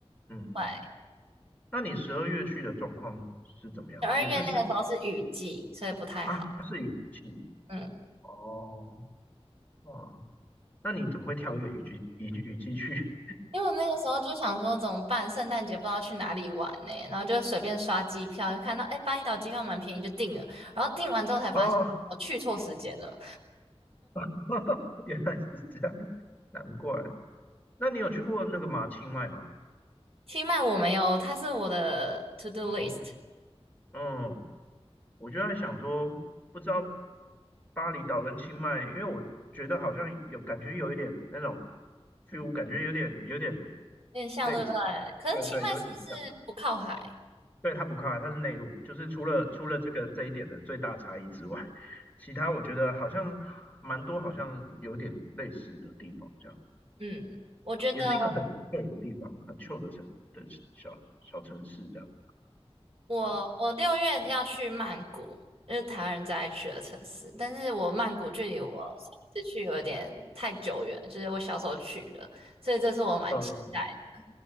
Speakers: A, on the left; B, on the right.
A: 嗯，
B: 对，
A: 那你十二月去的状况是怎么样？
B: 十二月那个时候是雨季，
A: 也是是
B: 所以不太好。
A: 啊，是雨季
B: 嗯，
A: 哦哦，那你怎么会挑一个雨季雨季雨季去？<laughs>
B: 因为我那个时候就想说怎么办，圣诞节不知道去哪里玩呢、然后就随便刷机票，就看到哎巴厘岛机票蛮便宜就订了，然后订完之后才发现我去错时间了。
A: 哦，<laughs> 原来是这样，难怪。那你有去过那个马清迈吗？
B: 清迈我没有，它是我的 to do list，
A: 哦，嗯，我就在想说，不知道巴厘岛跟清迈，因为我觉得好像有感觉有一点那种 feel，感觉有点有点
B: 有点像对不对？
A: 类似，
B: 可是清迈是不是不靠海？
A: 对对，有点像。对，它不靠海，它是内陆，就是除了除了这个这一点的最大差异之外，其他我觉得好像蛮多，好像有点类似的地方，这样子
B: 嗯，我觉得
A: 啊，也是一个很旧的地方，很旧的城的小小城市这样，
B: 我我六月要去曼谷，
A: 对啊，
B: 就是台湾人最爱去的城市，但是我曼谷距离我上一次去有点太久远，就是我小时候去的，所以这次我蛮期待的，
A: 呃，